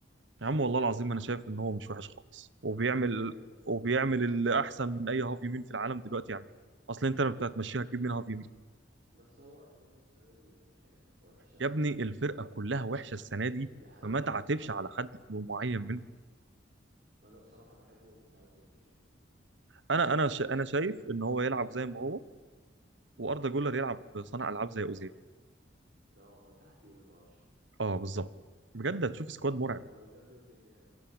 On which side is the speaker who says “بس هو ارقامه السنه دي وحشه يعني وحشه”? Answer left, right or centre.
Right